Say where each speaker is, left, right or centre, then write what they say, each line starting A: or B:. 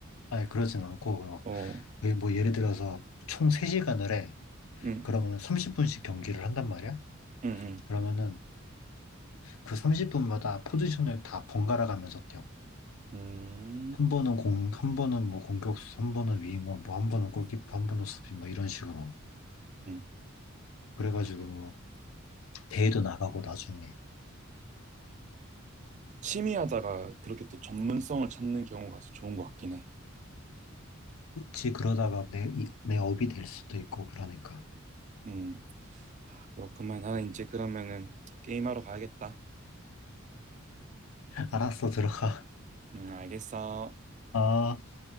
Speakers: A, on the left; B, on the right.
A: 아니, 그러진 않고, 막
B: 어.
A: 거의 뭐 예를 들어서 총 3시간을 해.
B: 음.
A: 그러면은 30분씩 경기를 한단 말이야.
B: 음. 음.
A: 그러면은 그 30분마다 포지션을 다 번갈아 가면서 뛰어.
B: 음.
A: 한 번은 공, 한 번은 뭐 공격수, 한 번은 위인공, 뭐 한 번은 골키퍼, 한 번은 수비, 뭐 이런 식으로.
B: 음.
A: 그래가지고 뭐 대회도 나가고 나중에.
B: 취미하다가 그렇게 또 전문성을 찾는 경우가 진짜 좋은 것 같긴 해.
A: 그치, 그러다가 내, 이- 내 업이 될 수도 있고, 그러니까.
B: 음. 그렇구만. 나는 이제 그러면은 게임하러 가야겠다.
A: 알았어, 들어가.
B: 응, 알겠어.
A: 아.